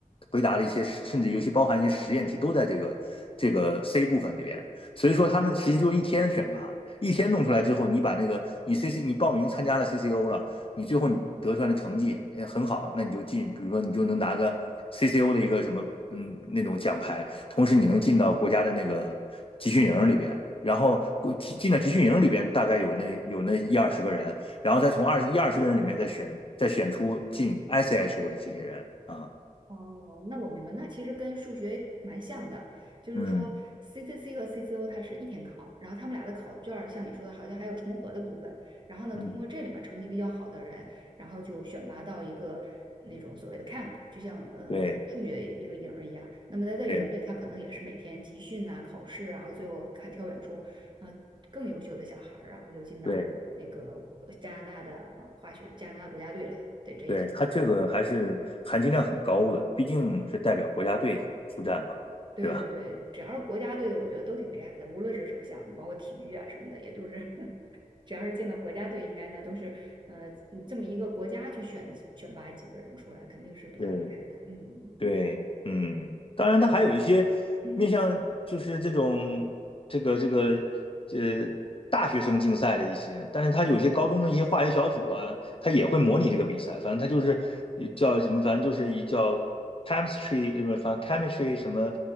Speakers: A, on the left; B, on the right.
A: 回答的一些，甚至尤其包含一些实验题，都在这个这个 C 部分里边。所以说他们其实就一天选拔，一天弄出来之后，你把那个你 C C 你报名参加了 C C O 了，你最后你得出来的成绩呃很好，那你就进，比如说你就能拿个 C C O 的一个什么嗯那种奖牌，同时你能进到国家的那个集训营里边。然后进进到集训营里边，大概有那有那一二十个人，然后再从二一二十个人里面再选再选出进 ICHO 的这些人啊，
B: 哦，那我明白，那其实跟数学蛮像的，就是说
A: 嗯
B: CCC 和 CCO 它是一天考，然后他们俩的考卷儿像你说的，好像还有重合的部分。然后呢，
A: 嗯，
B: 通过这里面儿成绩比较好的人，然后就选拔到一个那种所谓的 camp，就像呃数学一个营儿一样。
A: 对
B: 那么在这营儿里，
A: 对
B: 他可能也是每天集训啊、考试啊，然后最后看挑选出啊、呃更优秀的小孩儿，然后就进到那个呃加拿大的呃化学加拿大国家队了，
A: 对
B: 对，这意思。
A: 对，他这个还是含金量很高的，毕竟是代表国家队出战嘛，
B: 对对对，
A: 对吧？
B: 只要是国家队的，我觉得都挺厉害的，无论是什么项目，包括体育啊什么的，也都是，<laughs> 只要是见到国家队，应该那都是，呃，你这么一个国家去选几选拔几个人出来，肯定是比较厉害的。
A: 对
B: 嗯
A: 对，嗯，当然，它还有一些面向，
B: 嗯，
A: 就是这种这个这个呃大学生竞赛的一些，但是它有一些高中的一些化学小组啊，它也会模拟这个比赛。反正它就是一叫什么，反正就是一叫 chemistry 什么，反正 chemistry 什么